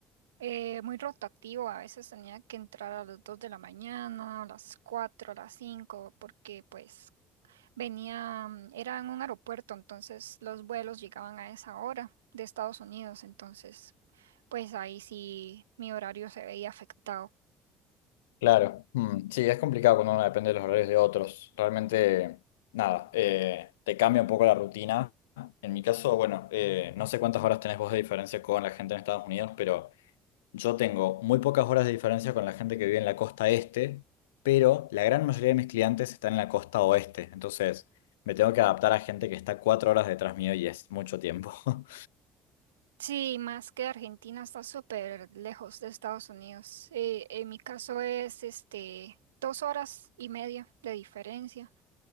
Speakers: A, on the right; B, on the left.
A: eh, muy rotativo. A veces tenía que entrar a las 2 de la mañana, a las 4 a las 5, porque pues Venía, mm, era en un aeropuerto, entonces los vuelos llegaban a esa hora de Estados Unidos, entonces pues ahí sí mi horario se veía afectado.
B: Claro, Mm, sí, es complicado cuando uno depende de los horarios de otros. Realmente, nada, eh, te cambia un poco la rutina. En mi caso, bueno, eh, no sé cuántas horas tenés vos de diferencia con la gente en Estados Unidos, pero yo tengo muy pocas horas de diferencia con la gente que vive en la costa este, pero la gran mayoría de mis clientes están en la costa oeste. Entonces, me tengo que adaptar a gente que está cuatro horas detrás mío y es mucho tiempo. <laughs>
A: Sí, más que Argentina está súper lejos de Estados Unidos. Eh, en mi caso es este dos horas y media de diferencia.